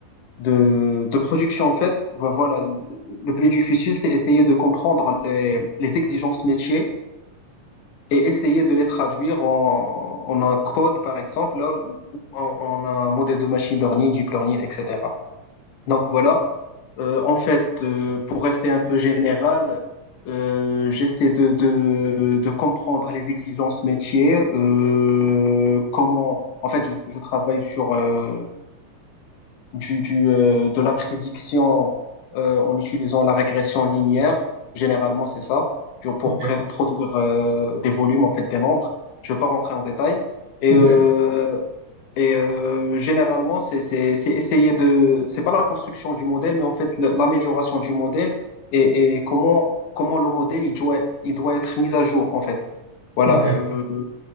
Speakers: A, on the left (about 85°); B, on the right (about 75°).
A: de, de production en fait. Vo- Voilà, le plus difficile, c'est essayer de comprendre les, les exigences métiers et essayer de les traduire en, en un code, par exemple, là, ou en, en un modèle de machine learning, deep learning, etc. Donc voilà, Euh, en fait, euh, pour rester un peu général, euh, j'essaie de, de, de comprendre les exigences métiers, euh, comment, en fait, je, je travaille sur, euh, du, du, euh, de la prédiction euh, en utilisant la régression linéaire. Généralement, c'est ça, pour, pour
B: Ok,
A: pré- produire euh, des volumes, en fait, des nombres. Je ne vais pas rentrer en détail. Et
B: ok,
A: euh, et euh, généralement, c'est c'est- c'est essayer de, c'est pas la construction du modèle, mais en fait le- l'amélioration du modèle et, et comment comment le modèle il doit il doit être mis à jour en fait. Voilà,
B: ok.
A: euh,